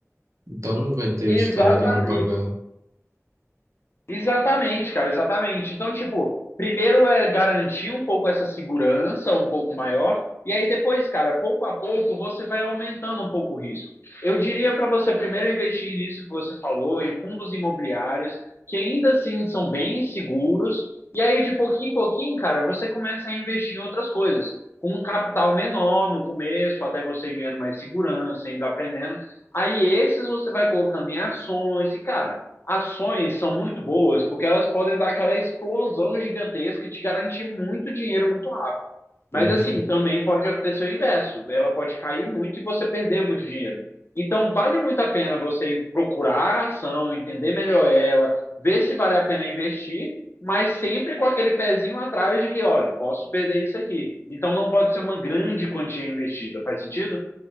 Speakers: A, on the right; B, on the left.
A: Então, não vai ter
B: Exatamente.
A: história de não pagar.
B: Exatamente, cara, exatamente. Então, tipo, primeiro é garantir um pouco essa segurança, um pouco maior, e aí depois, cara, pouco a pouco você vai aumentando um pouco o risco. Eu diria para você primeiro investir nisso que você falou, em fundos imobiliários, que ainda assim são bem seguros, e aí de pouquinho em pouquinho, cara, você começa a investir em outras coisas, com um capital menor no começo, até você ganhando mais segurança, indo aprendendo. Aí esses você vai colocando em ações, e cara. Ações são muito boas porque elas podem dar aquela explosão gigantesca e te garantir muito dinheiro muito rápido. Mas
A: Sim,
B: assim, também pode acontecer o inverso. Ela pode cair muito e você perder muito dinheiro. Então, vale muito a pena você procurar a ação, entender melhor ela, ver se vale a pena investir, mas sempre com aquele pezinho atrás de que, olha, posso perder isso aqui. Então, não pode ser uma grande quantia investida. Faz sentido?